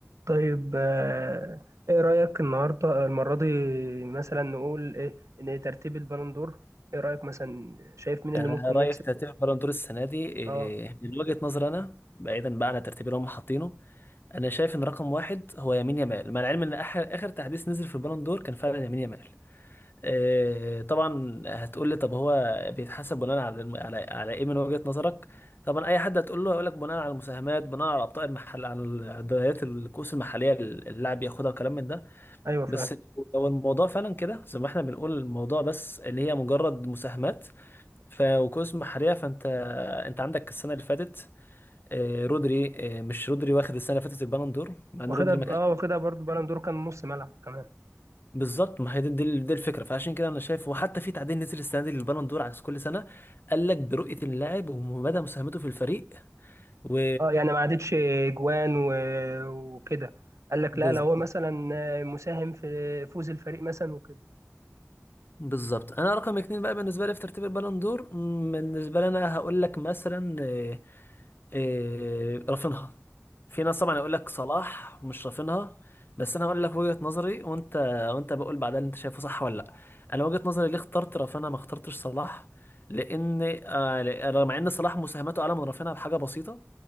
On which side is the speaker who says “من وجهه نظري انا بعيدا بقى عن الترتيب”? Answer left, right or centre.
Left